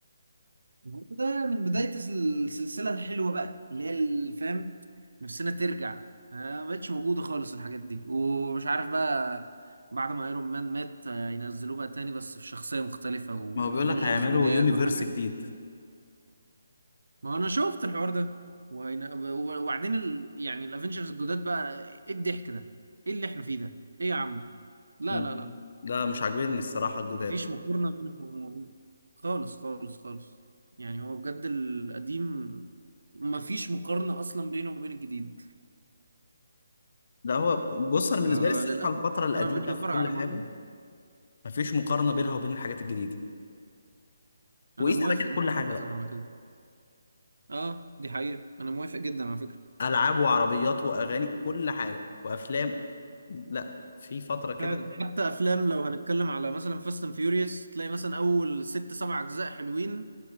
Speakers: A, on the right; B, on the left.
A: هو ده من بداية السلسلة الحلوة بقى اللي هي الفهم نفسنا ترجع آه، ما بقتش موجودة خالص الحاجات دي ومش عارف بقى بعد ما ايرون مان مات آه، ينزلوه بقى تاني بس في شخصية مختلفة وافنجرز
B: ما هو بيقول لك هيعملوا
A: جداد
B: يونيفرس
A: وحاجة
B: جديد
A: ما انا شفت الحوار ده وهنا- وبعدين ال... يعني الافنجرز الجداد بقى ايه الضحك ده؟ ايه اللي احنا فيه ده؟ ايه يا عم؟ لا
B: مم.
A: لا لا
B: لا مش عاجبني الصراحة الجداد
A: مفيش مقارنة بينهم وبين- خالص خالص خالص يعني هو بجد القديم مفيش مقارنة أصلا بينه وبين الجديد
B: لا هو بص انا بالنسبه
A: فللأسف
B: لي الصراحه الفتره القديمه
A: أنا مبقتش بتفرج
B: في كل
A: على
B: حاجه
A: مارفل
B: مفيش مقارنه بينها وبين الحاجات الجديده وقيس
A: أنا موافق
B: على كده
A: موت
B: كل حاجه
A: عامة
B: بقى
A: على كده أه دي حقيقة أنا موافق جدا على فكرة
B: العاب وعربيات واغاني كل حاجه وافلام لا في فتره كده
A: فعلا حتى أفلام لو هنتكلم على مثلا فاست أند فيوريوس تلاقي مثلا أول ست سبع أجزاء حلوين